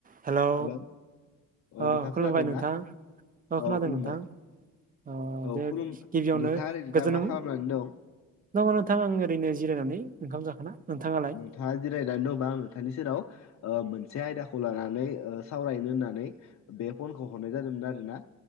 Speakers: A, on the right; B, on the left.
A: Hello
B: हेल' अ
A: अ
B: नोंथां
A: खुलुमबाय
B: खोनादोंना
A: नोंथां अ खोनादों
B: औ खुलुमबाय
A: नोंथां अ
B: औ
A: दे
B: खुलुम
A: गिबियावनो
B: नोंथाङा ओरैनो दा
A: गोजोन
B: मा खालामनानै दं
A: औ नोंथां आं ओरैनो जिरायनानै ओंखाम जाखोना नोंथाङालाय
B: थाङा जिरायनानै दंबा आं नोंथांनि सेराव ओ मोनसे आयदाखौ लानानै सावरायनो होननानै बे फनखौ हरनाय जादोंमोन आरो ना